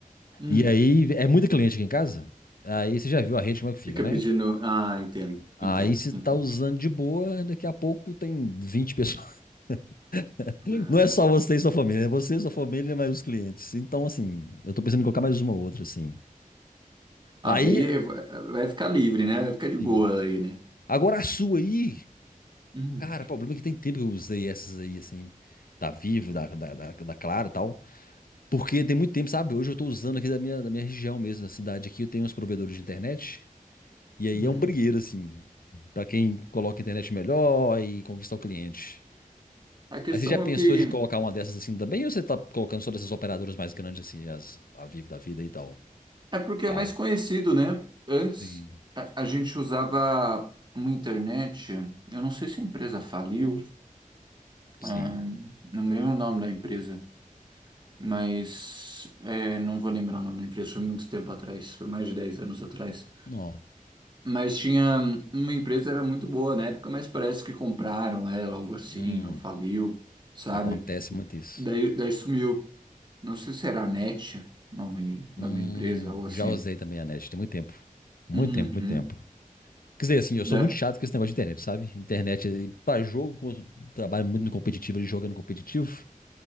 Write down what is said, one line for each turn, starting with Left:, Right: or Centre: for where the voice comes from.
Right: Hum.
Left: E aí, é muita cliente aqui em casa. Aí você já viu a rede como é que fica,
Right: Fica
Left: né?
Right: pedindo. Ah, entendo,
Left: Aí
Right: entendo,
Left: você
Right: entendo.
Left: tá usando de boa, daqui a pouco tem 20 pessoas. <laughs>
Right: Ah,
Left: Não é só você e sua família, é você, sua família, mais os clientes. Então, assim, eu tô pensando em colocar mais uma outra, assim.
Right: Ah,
Left: Aí,
Right: daí é, vai vai ficar livre, né? Vai ficar de boa
Left: Sim.
Right: aí, né?
Left: agora a sua aí.
Right: Hum,
Left: Cara, o problema é que tem tempo que eu usei essas aí, assim, da Vivo, da, da, da, da Claro e tal. Porque tem muito tempo, sabe? Hoje eu tô usando aqui da minha, da minha região mesmo, da cidade aqui, eu tenho uns provedores de internet. E aí
Right: hum.
Left: é um brigueiro, assim, pra quem coloca a internet melhor e conquistar o cliente.
Right: A questão
Left: Aí você já pensou
Right: é que
Left: de colocar uma dessas assim também, ou você tá colocando só dessas operadoras mais grandes, assim, as, a Vivo da vida e tal?
Right: é porque
Left: Claro.
Right: é mais conhecido, né? Antes
Left: Sim.
Right: a, a gente usava uma internet, eu não sei se a empresa faliu,
Left: Sim.
Right: ah, não me lembro o nome da empresa, mas é, não vou lembrar o nome da empresa, foi muito tempo atrás, foi mais de 10 anos atrás.
Left: Não.
Right: Mas tinha uma empresa era muito boa na época, mas parece que compraram ela, algo assim,
Left: Hum,
Right: ou faliu, sabe?
Left: acontece muito isso.
Right: Daí, daí sumiu. Não sei se era a Net, nome da
Left: Hum,
Right: minha empresa, algo assim.
Left: já usei também a net, tem muito tempo. Muito
Right: Uhum.
Left: tempo, muito tempo. Quer dizer, assim, eu
Right: Da...
Left: sou muito chato com esse negócio de internet, sabe? Internet, eh, pra jogo, como eu trabalho muito no competitivo, ali jogando competitivo.